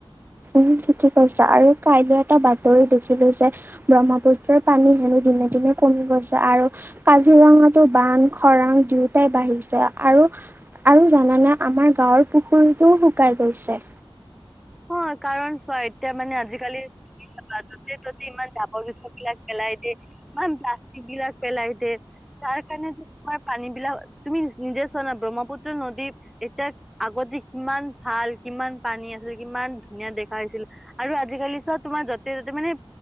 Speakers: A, on the right; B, in the centre.
A: উম ঠিকেই কৈছা আৰু কাইলৈ এটা বাতৰি দেখিলো যে ব্ৰহ্মপুত্ৰৰ পানী হেনো। দিনে দিনে কমি গৈছে আৰু কাজিৰঙাটো বান খৰাং দুয়োটাই বাঢ়িছে আৰু আৰু জানানে আমাৰ গাঁৱৰ পুখুৰীটোও শুকাই গৈছে।
B: হয় কাৰণ চোৱা এতিয়া মানে আজিকালি। যতে ততে ইমান জাবৰ জোথৰ বিলাক পেলাই দে ইমান প্লাষ্টিক বিলাক পেলাই দে। তাৰ কাৰণে তোমাৰ পানী বিলাক তুমি নিজেই চোৱা না ব্ৰহ্মপুত্ৰ নদী এতিয়া আগত। কিমান ভাল কিমান পানী আছে। কিমান ধুনীয়া দেখা হৈছিল আৰু আজিকালি চব তোমাৰ যতে ত'তে মানে।